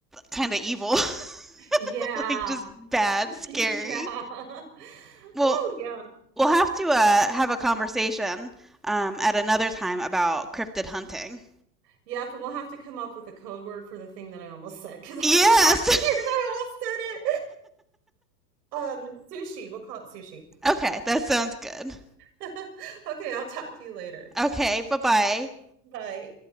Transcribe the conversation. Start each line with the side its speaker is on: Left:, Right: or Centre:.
Centre: kind of evil, <laughs>
Right: Yeah.
Centre: like just
Right: <laughs>
Centre: bad, scary.
Right: Yeah. <laughs>
Centre: Well,
Right: Oh, yeah.
Centre: We'll have to uh, have a conversation um, at another time about cryptid hunting.
Right: Yep, and we'll have to come up with a code word for the thing that I almost said because <laughs> I'm
Centre: Yes!
Right: like, I almost said it. Um, sushi. We'll call it sushi.
Centre: <laughs> okay, that sounds good.
Right: <laughs> Okay, I'll talk to you later.
Centre: Okay, bye bye.
Right: Bye.